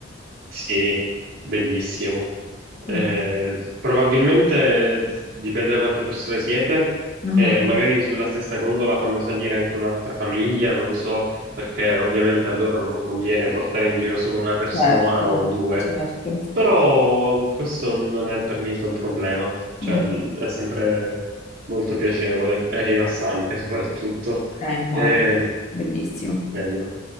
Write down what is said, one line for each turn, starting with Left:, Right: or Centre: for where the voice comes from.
Right: Sì, bellissimo. Eh,
Left: Mm.
Right: probabilmente dipende da quante persone siete,
Left: Mhm.
Right: eh, magari sulla stessa gondola fanno salire anche un'altra famiglia, non so, perché ovviamente a loro non conviene portare in giro solo una persona
Left: Certo,
Right: o due,
Left: certo.
Right: però questo non è per niente un problema, cioè
Left: Mm.
Right: mh, è sempre molto piacevole e rilassante <laughs> soprattutto.
Left: Eh, immagino,
Right: Eh,
Left: bellissimo.
Right: stupendo.